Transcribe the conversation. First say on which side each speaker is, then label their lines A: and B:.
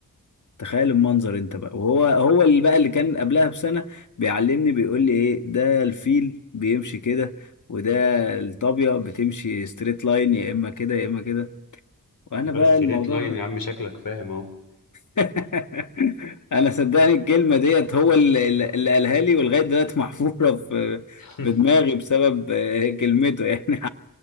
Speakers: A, on the left (about 60°); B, on the left (about 80°).
A: تخيل المنظر انت بقى وهو هو اللي بقى اللي كان قبلها بسنه بيعلمني بيقول لي ايه ده الفيل بيمشي كده وده الطابيه بتمشي ستريت لاين يا اما كده يا اما كده وانا
B: بس
A: بقى
B: ستريت
A: الموضوع
B: لاين يا عم شكلك فاهم اهو
A: <laughs> انا صدقني الكلمه ديت هو اللي اللي قالها لي ولغايه دلوقتي محفوره <laughs> في
B: <laughs>
A: في دماغي بسبب آه، كلمته يعني